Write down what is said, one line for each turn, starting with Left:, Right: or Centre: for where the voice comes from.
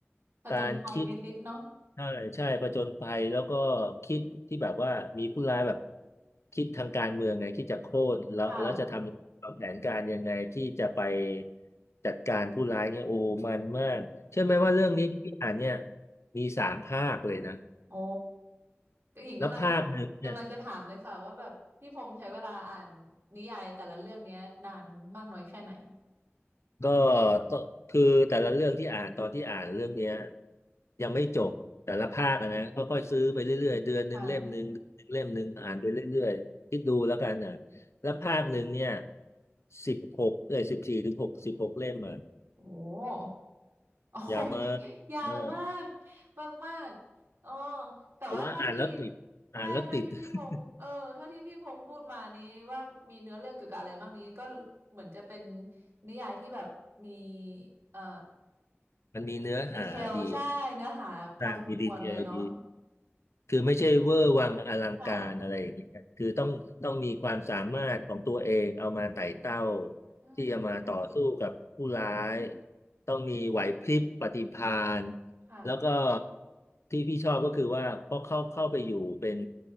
Right: ผจญภัยนิดๆเนาะ
Left: การคิดใช่ใช่ประจนภัยแล้วก็คิดที่แบบว่ามีผู้ร้ายแบบคิดทางการเมืองไงคิดจะโค่นแล้วแล้วจะทำวางแผนการยังไงที่จะไป
Right: ค่ะ
Left: จัดการผู้ร้ายเงี่ยโอ้มันมากเชื่อไหมว่าเรื่องนี้ที่พี่อ่านเนี่ยมีสามภาคเลยนะ
Right: โอ้ก็หญิงกำลังถามกำลังจะถามเลยค่ะว่าแบบพี่พงษ์ใช้เวลาอ่านนิยายแต่ละเรื่องเนี้ยนานมากน้อยแค่ไหน
Left: แล้วภาคหนึ่งเนี่ย ก็ต้องคือแต่ละเรื่องที่อ่านตอนที่อ่านเรื่องเนี้ยยังไม่จบแต่ละภาคอะนะค่อยๆซื้อไปเรื่อยๆเดือนหนึ่งเล่มหนึ่งเล่มหนึ่งอ่านไปเรื่อยๆคิดดูแล้วกันน่ะ
Right: ค่ะ
Left: แล้วภาคหนึ่งเนี่ยสิบหกเอ้ยสิบสี่ถึงหกสิบหกเล่มอ่ะ
Right: โอ้ โอ้ย
Left: ยาวมาก
Right: <laughs> ยาวมาก
Left: มาก
Right: มากมากอ๋อแต่ว่าเท่าที่
Left: แต่ว่าอ่านแล้วติดอ่านแล้วติด
Right: ใช่เท่าที่พี่พงษ์เออเท่าที่พี่พงษ์พูดมานี้ว่ามีเนื้อเรื่องเกี่ยวกับอะไรบ้างนี้ก็
Left: <laughs>
Right: เหมือนจะเป็นนิยายที่แบบมีเอ่อ
Left: มันมีเนื้อหาดีอะ
Right: ดีเทลใช่เนื้อหาพอสมควรเลยเนาะ
Left: อ่านมีดีเทลดี คือไม่ใช่เวอร์วังอลังการอะไรอย่างเงี้ยคือต้องต้องมีความสามารถของตัวเองเอามาไต่เต้า
Right: ค่ะอืม
Left: ที่จะมาต่อสู้กับผู้ร้าย ต้องมีไหวพริบปฏิภาณ
Right: ค่ะ
Left: แล้วก็ที่พี่ชอบก็คือว่าเพราะเข้าเข้าไปอยู่เป็น